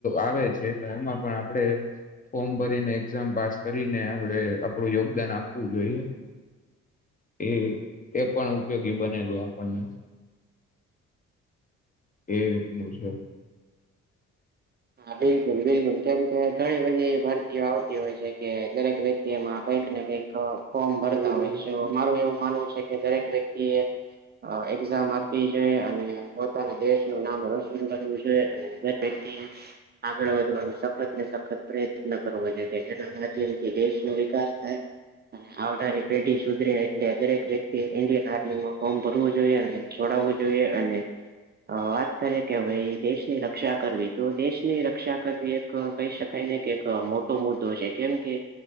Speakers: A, on the left (about 25°); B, on the right (about 30°).
A: આવે છે. તો એમાં પણ આપણેે ફોમ ભરીને એક્ઝામ પાસ કરીને આપડે આપડું યોગદાન આપ વુ જોઈએ. એ એ પણ ઉપયોગી બને છે આપણને. એ રીતનું છે.
B: હા બિલકુલ બિલકુલ, કેમ કે ઘણી બધી ભરતીઓ આવતી હોય છે, કે દરેક વ્યક્તિ તેમાં કંઈક ને કંઈક ફોર્મ ભરતા હોય છે. મારું એવું માનવું છે કે દરેક વ્યક્તિએ અ એક્ઝામ આપવી જોઈએ. અને પોતાના દેશનું નામ રોશન કરવું જોઈએ. અને વ્યક્તિએ આગળ વધવાનો સખત ને સખત પ્રયત્ન કરવો જોઈએ. જેના માધ્યમથી દેશનો વિકાસ થાય. અને આવનારી પેઢી સુધરે એટલે દરેક વ્યક્તિએ ઈન્ડિયન આર્મીમાં ફોર્મ ભરવું જોઈએ. અને છોડાવવું જોઈએ, અને અ વાત કરીએ કે ભાઈ દેશની રક્ષા કરવી તો દેશ ની રક્ષા કરવી એક કહી શકાય ને કે એક મોટો મુદ્દો છે, કેમ કે